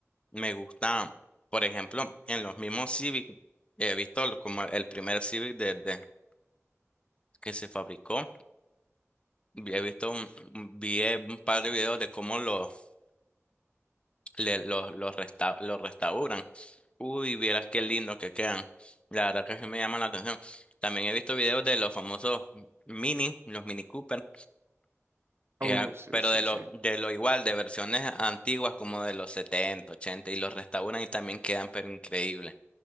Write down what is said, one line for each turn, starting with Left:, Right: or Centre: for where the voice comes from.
Left: Me gusta, por ejemplo, en los mismos Civic, he visto lo- como el primer Civic desde que se fabricó. vi- He visto un, un- vi un par de videos de cómo los le- los los resta- los restauran. Uy, vieras qué lindo que quedan. La verdad que sí me llama la atención. También he visto videos de los famosos Mini, los Mini Cooper, eh,
Right: Oh, sí,
Left: pero
Right: sí,
Left: de lo,
Right: sí.
Left: de lo igual, de versiones antiguas como de los 70 80 y los restauran y también quedan pero increíbles.